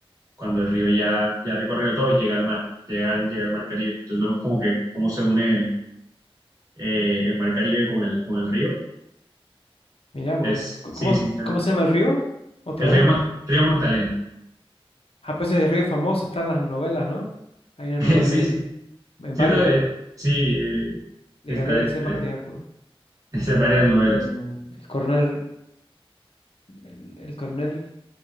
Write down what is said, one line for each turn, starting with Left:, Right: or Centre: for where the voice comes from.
Right: cuando el río ya, ya ha recorrido todo y llega al mar, llega al, llega al mar Caribe. Entonces vemos como que cómo se une eh, el Mar Caribe con el, con el río.
Left: Mirá vos,
Right: Es,
Left: c-
Right: sí,
Left: ¿cómo,
Right: sí,
Left: se-
Right: sí,
Left: cómo se llama el río? Otra
Right: el
Left: vez.
Right: río, Mag- río Magdalena.
Left: Ah, pues ese río es famoso está en las novelas, ¿no? Hay una
Right: <laughs>
Left: novela
Right: Sí,
Left: ahí de,
Right: sí,
Left: en
Right: sí,
Left: varias,
Right: no, eh, sí, eh,
Left: de
Right: está,
Left: Gabriel
Right: eh,
Left: García Márquez, acu-
Right: está en varias novelas.
Left: en el coronel, el, el coronel